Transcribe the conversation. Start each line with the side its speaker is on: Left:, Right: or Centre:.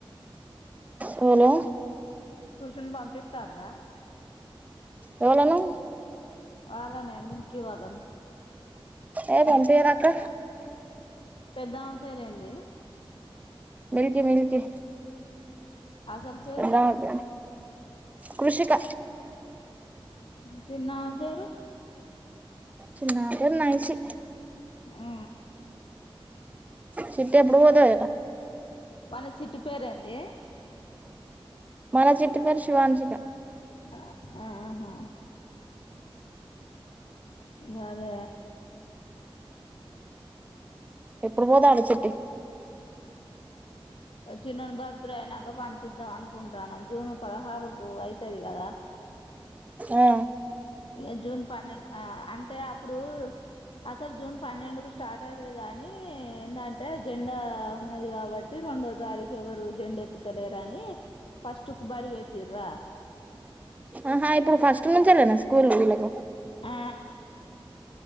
Right: Hello
Left: tuition పంపిస్తాందా!
Right: ఎవళను
Left: వాళ్ళానే మిల్కి వాళను
Right: ఏ పంపియదు అక్క
Left: పెద్దామ పేరేంది
Right: మిల్కి మిల్కి
Left: అసలు పేరు
Right: పెద్దమక్క కృషిక
Left: చిన్నామె పేరు
Right: చిన్నమే పేరు నైసీ
Left: ఆ
Right: చిట్టి ఎప్పుడు పోతదట
Left: మన చిట్టి పేరేంది
Right: మన చిట్టి పేరు శివాంశిక
Left: ఆ ఆ ఆహా గదే
Right: ఎప్పుడు పోదనడు చిట్టి
Left: చిన్నడు బర్త్డే అయినాక పంపిద్దాం అనుకుంటాను జూన్ పదహారుకు అయితది కదా
Right: ఆ
Left: ఇగ జూన్ పన్నెండు అ అంటే అప్పుడు అసలు ఇక జూన్ పన్నెండుకు స్టార్ట్ అయితుది కాగానీ ఏందంటే జెండా ఉన్నది కాబట్టి రెండో తారఖు ఎవరు జెం ఎత్తుతలేరుని ఫస్టు కు బడి పెట్టిర్ర
Right: అహా ఇప్పుడు ఫస్ట్ నుంచలేేనా స్కూల్ వీళ్లకు
Left: ఆ